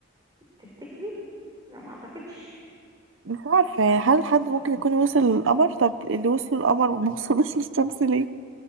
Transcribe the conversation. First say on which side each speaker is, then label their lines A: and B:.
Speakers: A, on the right; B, on the right.
A: تفتكري لا ما اعتقدش
B: مش عارفة يعني هل حد ممكن يكون وصل للقمر طب اللي وصل للقمر وما وصلوش للشمس ليه